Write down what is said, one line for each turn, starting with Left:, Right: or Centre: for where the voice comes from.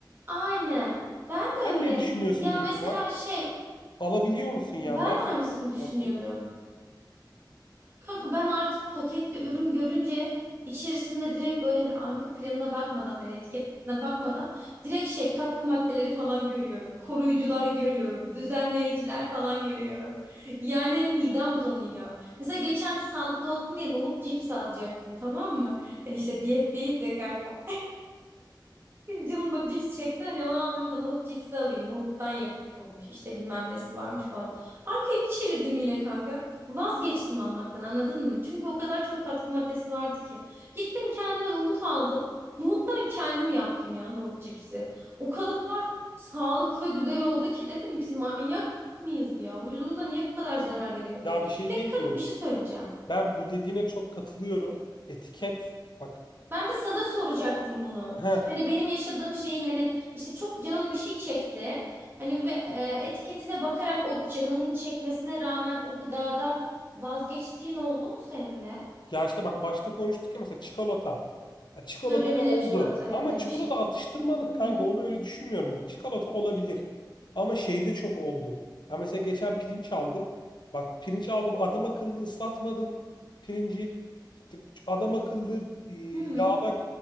Right: aynen. Ben de
Left: Sen
Right: öyle.
Left: ne düşünüyorsun
Right: Ya
Left: bu
Right: mesela
Left: duruma?
Right: şey,
Left: Alabiliyor musun ya?
Right: ben
Left: Var
Right: de aynısını
Left: mı böyle bir
Right: düşünüyorum.
Left: muhabbet?
Right: Kanka ben artık paketli ürün görünce içerisinde direkt böyle hani arka planına bakmadan hani etiketine bakmadan direkt şey katkı maddeleri falan görüyorum. Koruyucular görüyorum. Düzenleyiciler falan görüyorum. Yani hani midem bulanıyor. Mesela geçen sağlıklı olsun diye nohut cips alacaktım tamam mı? Hani işte diyetteyiz ya kanka. Benim canım da cips çekti. Hani onu almayayım da nohut cipsi alayım. Nohuttan yapılmış. işte bilmem nesi varmış falan. Arkayı bir çevirdim yine kanka. Vazgeçtim almaktan anladın mı? Çünkü o kadar çok katkı maddesi vardı ki. Gittim kendime nohut aldım. Nohuttan kendim yaptım ya nohut cipsi. O kadar sağlıklı ve güzel oldu ki dedim biz manyak mıyız ya? Vücudumuza niye bu kadar zarar veriyoruz?
Left: Ya bir şey
Right: Peki
Left: diyeyim
Right: kanka
Left: mi?
Right: bir şey söyleyeceğim.
Left: Ben bu dediğine çok katılıyorum. Etiket. Bak.
Right: Ben de sana soracaktım bunu.
Left: Heh.
Right: Hani benim yaşadığım şeyi hani işte çok canın bir şey çekti. Hani ve e, etiketine bakarak o canının çekmesine rağmen o gıdadan vazgeçtiğin oldu mu senin de?
Left: Ya işte bak başta konuştuk ya mesela çikolata. Ha, çikolata
Right: Sürülebilir
Left: da oldu.
Right: çikolata evet
Left: Ama
Right: demiştin.
Left: çikolata atıştırmalık kanka.
Right: Hı hı.
Left: Onu öyle düşünmüyorum. ya. Çikolata olabilir. Ama şeyde çok oldu. Ya mesela geçen pirinç aldım. Bak pirinç aldım. Adam akıllı ıslatmadım. Pirinci. İşte adam akıllı e,
Right: Hı,
Left: yağla